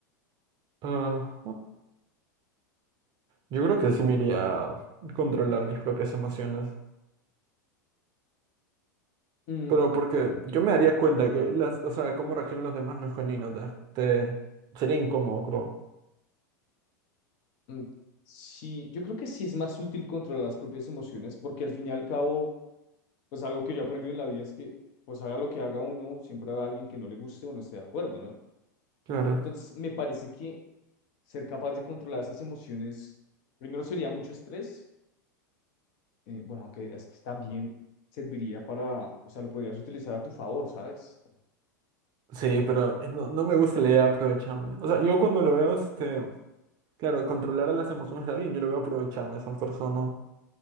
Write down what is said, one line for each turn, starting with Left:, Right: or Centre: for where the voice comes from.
Right: Ajá. Yo creo que sí me iría a controlar mis propias emociones.
Left: Mm,
Right: Pero porque yo me daría cuenta que las, o sea, cómo reaccionan los demás no es genuino. Te, te- sería incómodo, creo.
Left: mm, sí, yo creo que sí es más útil controlar las propias emociones porque al fin y al cabo pues algo que yo he aprendido en la vida es que, pues haga lo que haga uno, siempre va a alguien que no le guste o no esté de acuerdo, ¿no?
Right: Claro.
Left: Entonces, me parece que ser capaz de controlar esas emociones, primero sería mucho estrés, eh, bueno, aunque es que también serviría para, o sea, lo podrías utilizar a tu favor, ¿sabes?
Right: Sí, pero no, no me gusta la idea de aprovecharme. O sea, yo cuando lo veo, este, claro, controlar a las emociones de alguien, yo lo veo aprovecharme a esas personas.